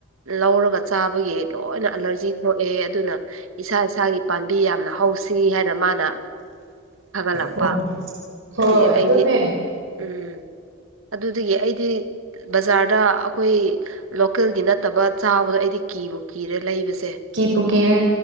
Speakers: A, on the right; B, on the right.
A: ꯂꯧꯔꯒ ꯆꯥꯕ ꯑꯩꯈꯣꯏꯒꯤ ꯂꯣꯏꯅ ꯑꯦꯂꯔꯖꯤ ꯊꯣꯛꯑꯦ ꯑꯗꯨꯅ ꯏꯁꯥ ꯏꯁꯥꯒꯤ ꯄꯥꯝꯕꯤ ꯌꯥꯝꯅ ꯍꯧꯁꯤ ꯍꯥꯏꯅ ꯃꯥꯅ ꯐꯒꯠꯂꯛꯄ
B: ꯍꯣꯏ ꯍꯣꯏ
A: ꯑꯗꯨꯗꯒꯤ ꯑꯩꯗꯤ
B: ꯑꯗꯨꯅꯦ
A: ꯎꯝ ꯑꯗꯨꯗꯒꯤ ꯑꯩꯗꯤ ꯕꯖꯥꯔꯗ ꯑꯩꯈꯣꯏ ꯂꯣꯀꯦꯜꯒꯤ ꯅꯠꯇꯕ ꯆꯥꯕꯗꯣ ꯑꯩꯗꯤ ꯀꯤꯕꯨ ꯀꯤꯔ ꯂꯩꯕꯁꯦ
B: ꯀꯤꯕꯨ ꯀꯤꯔꯦ